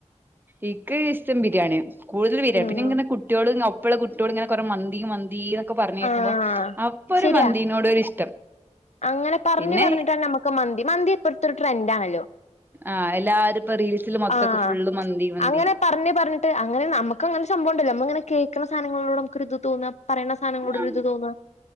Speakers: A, on the right; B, on the left.
A: ഇക്ക് ഇഷ്ടം ബിരിയാണിയാ. കൂടുതൽ ബിര്യാ
B: ഉം
A: പിന്നെ ഇങ്ങനെ കുട്ടിയോൾ ങ പ്പള്ള കുട്ടിയോൾ ഇങ്ങനെ കുറ മൻ ന്തി മന്തി എന്നൊക്കെ പറഞ്ഞ് കേക്കുമ്പ്
B: ആഹ്
A: അപ്പൊര്
B: ശരിയാ
A: മന്തിനോടൊരൂ ഇഷ്ടം.
B: അങ്ങനെ പറഞ്ഞ്
A: പിന്നെ
B: പറഞ്ഞിട്ടാണ് നമ്മുക്ക് മന്തി, മന്തി ഇപ്പർത്തൊരു ട്രൻഡ് ആണല്ലോ.
A: ആഹ് എല്ലാരും ഇപ്പൊ റീൽസില് മൊത്തൊക്കെ
B: ആഹ്
A: ഫുള്ള് മന്തി മന്തി
B: അങ്ങനെ പറഞ്ഞു പറഞ്ഞിട്ട് അങ്ങനെ നമുക്ക് അങ്ങനെ സംഭവ ണ്ടല്ലോ... നമ്മളിങ്ങനെ കേക്ക്ണ സാനങ്ങളോട് നമ്മുക്കൊരു ഇത് തോന്നാ. പറയണ സാധനങ്ങളോട്
A: ആഹ്.
B: ഒരു ഇത് തോന്നാ